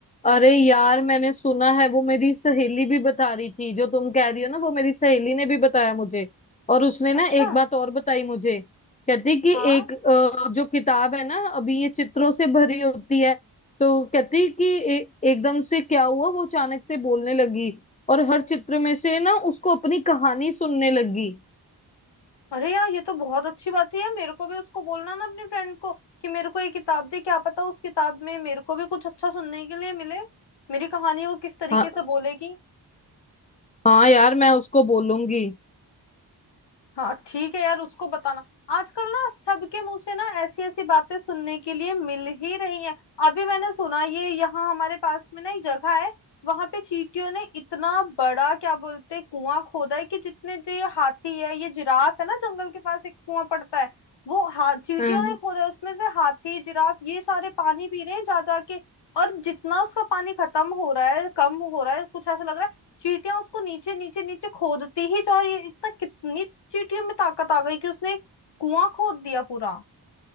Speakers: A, on the left; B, on the left.
A: अरे यार मैंने सुना है वो मेरी सहेली भी बता रही थी जो तुम कह रही हो ना वो मेरी सहेली ने भी बताया मुझे और उसने ना
B: अच्छा
A: एक बात और बताई मुझे कहती कि
B: हाँ
A: एक अ, जो किताब है ना अभी ये चित्रों से भरी होती है तो कहती कि ए, एकदम से क्या हुआ वो अचानक से बोलने लगी और हर चित्र में से ना उसको अपनी कहानी सुनने लगी
B: अरे यार ये तो बहुत अच्छी बात है यार मेरे को भी उसको बोलना ना अपने फ्रेंड को कि मेरे को ये किताब दे क्या पता उस किताब में मेरे को भी कुछ अच्छा सुनने के लिए मिले मेरी कहानी वो किस तरीके
A: हाँ
B: से बोलेगी
A: हाँ यार मैं उसको बोलूंगी
B: हाँ ठीक है यार उसको बताना आजकल ना सबके मुंह से ना ऐसी ऐसी बातें सुनने के लिए मिल ही रही हैं अभी मैंने सुना ये यहाँ हमारे पास में ना एक जगह है वहां पे चींटियों ने इतना बड़ा क्या बोलते हैं, कुआं खोदा है कि जितने जो ये हाथी है ये जिराफ है ना जंगल के पास एक कुआं पड़ता है वो हा चींटियों
A: हाँ
B: ने खोदा है उसमें से हाथी जिराफ ये सारे पानी पी रहे हैं जा जा के और जितना उसका पानी खत्म हो रहा है कम हो रहा है कुछ ऐसा लग रहा है चींटियां उसको नीचे नीचे नीचे खोदती ही जा रही है इतना कितनी चींटियों में ताकत आ गई कि उसने एक कुआं खोद दिया पूरा